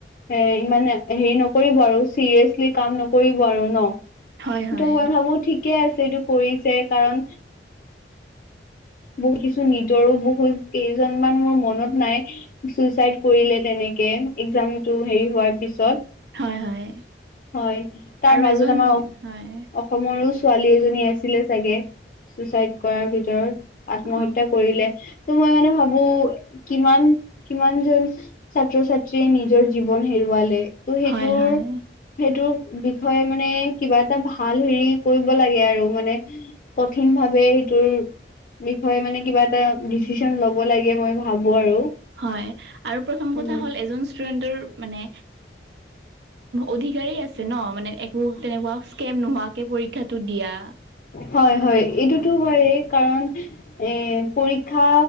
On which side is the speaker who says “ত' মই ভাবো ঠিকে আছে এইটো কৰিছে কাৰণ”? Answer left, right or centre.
Left